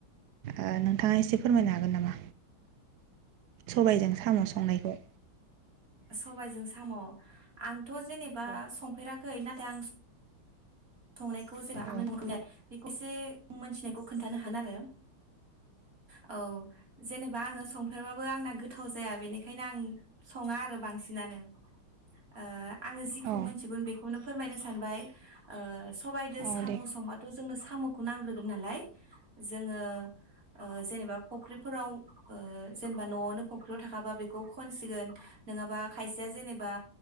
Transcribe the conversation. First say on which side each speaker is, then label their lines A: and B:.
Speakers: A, on the right (about 70°); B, on the right (about 40°).
A: ओ नोंथाङा एसे फोरमायनो हागोन नामा? सबायजों साम' संनायखौ
B: सबायजों साम' आं थ' जेनेबा
A: औ
B: संफेरा खै नाथाय आं संनायखौ जों <unintelligible>
A: औ
B: एसे मोनथिनायखौ खोन्थानो हागोन आरो। औ जेनेबा आङो संफेरबाबो आंना गोथाव जाया बेनिखायनो आं सङा आरो बांसिनानो ओ आङो जिखौ
A: औ
B: मोनथिगोन बेखौनो फोरमायनो सानबाय। ओ सबायदो
A: औ
B: साम'
A: दे
B: संबाथ' जोंनो साम' खौ नांग्रोगोन नालाय जोङो ओ जेनेबा फुख्रिफोराव ओ जेनेबा न'आवनो फख्रियाव थाखाबा बेखौ खनसिगोन नोङाबा खायसेया जेनेबा